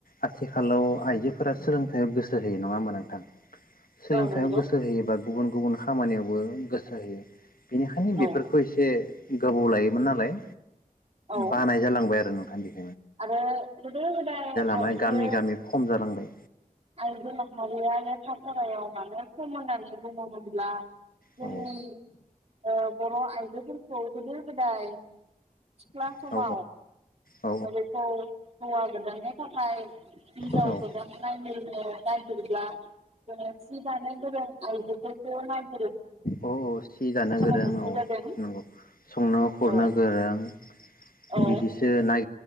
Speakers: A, on the left; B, on the right.
A: आथिखालाव आइजोफोरा सोलोंथाइयाव गोसो होयो नङा होमबा नोंथां? सोलोंथायाइयाव
B: औ नंगौ
A: गोसो होयोबा। गुबुन गुबुन खामानियावबो। गोसो होयो। बेनिखायनो
B: औ
A: बेफोरखौ एसे। गोबाव लायोमोन नालाय।
B: औ
A: बानाय जालांबाय आरो न? <inaudible>
B: आरो गोदो गोदाय
A: माने
B: आइजो
A: गामि गामि खम जालांबाय
B: आइजो माहारिया लेखा फरायाव मानो सोमोननानै <unintelligible> मोनब्ला जोंनि
A: औ
B: ओ बर' आइजोफोरखौ गोदो गोदाय सिख्ला समाव।
A: औ औ
B: दा बेखौ होयागोन <unintelligible> थाखाय हिनजाव
A: औ
B: गोदान नायनो। नागिरब्ला जोंङो सि दानो गोरों आइजोफोरखौ नागि
A: औ औ सि जानो गोरों
B: मोननाय
A: औ
B: जादों
A: नंगौ संनो खुरनो
B: औ
A: गोरों
B: औ
A: बिदिसो नाय